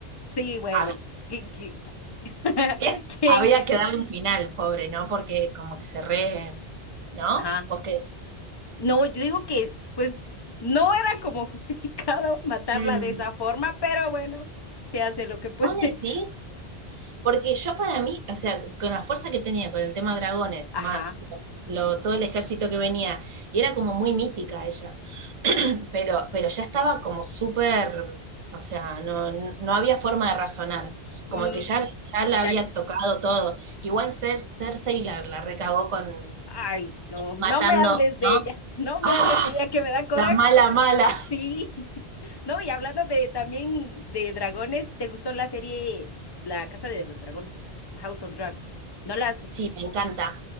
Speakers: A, on the left (about 45°); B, on the right (about 40°).
A: Sí, bueno.
B: a,
A: ¿qui- qui- <laughs>
B: Había,
A: ¿Quién?
B: había que darle un final, pobre, ¿no? Porque como que se re, ¿no?
A: Ajá.
B: Vos que
A: No, yo digo que, pues, no era como justificado <laughs> matarla
B: Mm,
A: de esa forma, pero bueno, se hace lo que puede.
B: vos decís, porque yo para mí, o sea, con la fuerza que tenía con el tema dragones,
A: <laughs>
B: más
A: Ajá.
B: los- lo, todo el ejército que venía, y era como muy mítica ella, pero, pero ya estaba como súper, o sea, no, no había forma de razonar. Como
A: Mm,
B: que ya, ya la
A: ya,
B: había tocado todo. Igual Cer Cersei la, la recagó con
A: ay, no, no
B: matando,
A: me hables de
B: ¿no?
A: ella, no me
B: ¡Ah!
A: hables de ella que me da coraje.
B: La mala, mala.
A: Sí. <laughs> No, y hablando de también de dragones, ¿te gustó la serie La Casa de los Dragones? The House of Dragon. ¿No la has visto?
B: Sí, me encanta.